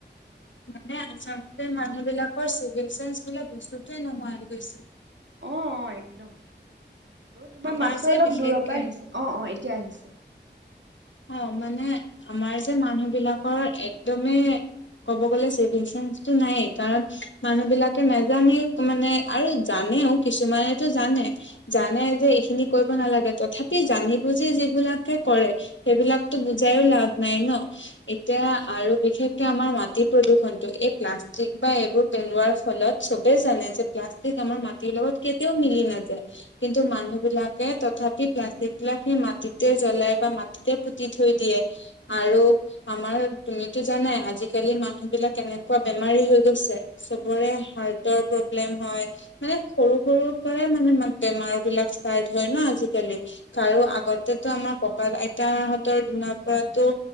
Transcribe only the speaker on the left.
মানে আচলতে মানুহবিলাকৰ চিভিক চেন্স বুলা বস্তুতোৱে নোহোৱা গৈছে।
আমাৰ
যে
বিশেষকে
অঁ, মানে আমাৰ যে মানুহ বিলাকৰ একদমেই ক'ব গ'লে চিভিক চেন্সটো নায়েই। কাৰণ মানুহ বিলাকে নাজানেই মানে আৰু জানেও কিছুমানেটো জানে। জানে যে এইখিনি কৰিব নালাগে। তথাপি জানি বুজি যিবিলাকে কৰে সেইবিলাকটো বুজাইও লাভ নাই ন। এতিয়া আৰু বিশেষকে আমাৰ মাটি প্ৰদূ্ষনটো এই প্লাষ্টিক বা এইবোৰ পেলোৱাৰ ফলত চবেই জানে যে প্লাষ্টিক আমাৰ মাটিৰ লগত কেতিয়াও মিলি নাযায়। কিন্তু মানুহ বিলাকে, তথাপি প্লাষ্টিক বিলাক সেই মাটিতে জ্বলাই বা মা তে পুতি থৈ দিয়ে আৰু আমাৰ তুমিতো জানাই আজিকালি মানুহ বিলাক কেনেকুৱা বেমাৰী হৈ গৈছে। চবৰে
হাৰ্টৰ প্ৰব্লেম হয় মানে সৰু সৰু পৰাই মানে বেমাৰ বিলাক ষ্টাৰ্ট হয় ন আজিকালি
আৰু
আগতেটো আমাৰ ককা আইতাহঁতৰ দিনৰ পৰাতো